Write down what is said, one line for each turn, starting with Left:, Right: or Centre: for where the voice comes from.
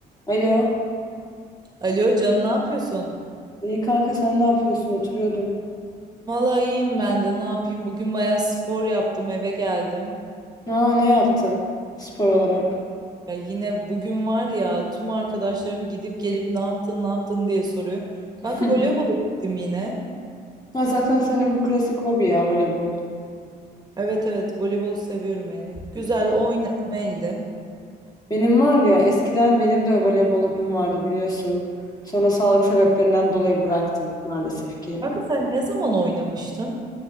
Left: Alo.
Right: Alo canım ne yapıyorsun?
Left: İyi kanka sen ne yapıyorsun? Oturuyordum.
Right: Vallahi iyiyim ben de ne yapayım? Bugün bayağı spor yaptım eve geldim.
Left: Aa, ne yaptın spor olarak?
Right: Ya yine bugün var ya tüm arkadaşlarım gidip gelip ne yaptın ne yaptın diye soruyor.
Left: <laughs>
Right: Kanka voleybola gittim yine.
Left: Ha, zaten senin bu klasik hobi ya voleybol.
Right: Evet evet voleybolu seviyorum yani. Güzel oynadım eldim.
Left: Benim var ya eskiden benim de voleybol hobim vardı biliyorsun. Sonra sağlık sebeplerinden dolayı bıraktım maalesef ki.
Right: Kanka sen ne zaman oynamıştın?